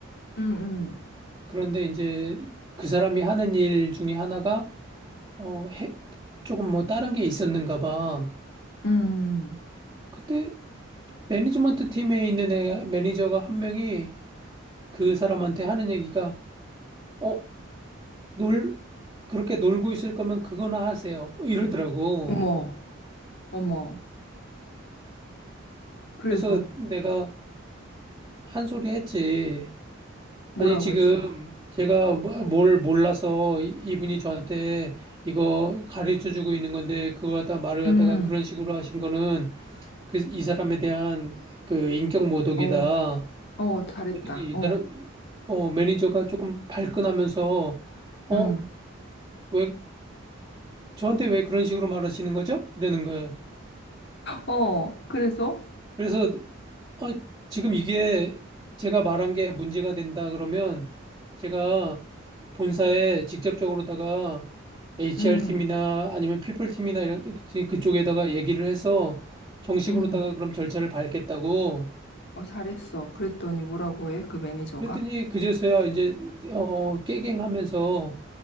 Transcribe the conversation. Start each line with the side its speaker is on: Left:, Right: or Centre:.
Left: 음, 음,
Right: 그런데 이제 그 사람이 하는 일 중에 하나가 어, 해, 조금 뭐 다른 게 있었는가 봐.
Left: 음.
Right: 근데 매니지먼트 팀에 있는 애, 매니저가 한 명이 그 사람한테 하는 얘기가 어, 놀, 그렇게 놀고 있을 거면 그거나 하세요. 이러더라고.
Left: 어머, 어머. 그래서
Right: 그래서 내가 한 소리 했지.
Left: 뭐라고
Right: 아니, 지금
Left: 했어?
Right: 제가 뭐- 뭘 몰라서 이- 이분이 저한테 이거 가르쳐 주고 있는 건데, 그거 갖다 말을
Left: 음,
Right: 갖다가 그런 식으로 하신 거는 그 이 사람에 대한 그 인격 모독이다.
Left: 어, 어, 잘했다.
Right: 그랬더니
Left: 어,
Right: 이 사람, 어, 매니저가 조금 발끈하면서, 어,
Left: 음,
Right: 왜, 저한테 왜 그런 식으로 말하시는 거죠? 이러는 거예요.
Left: 어, 그래서?
Right: 그래서 아, 지금 이게 제가 말한 게 문제가 된다 그러면 제가 본사에 직접적으로다가 HR팀이나
Left: 음,
Right: 아니면 피플팀이나 이런 그- 그쪽에다가 얘기를 해서 정식으로다가
Left: 음,
Right: 그럼 절차를 밟겠다고
Left: 어, 잘했어. 그랬더니 뭐라고 해? 그 매니저가?
Right: 그랬더니 그제서야 이제 어 깨갱하면서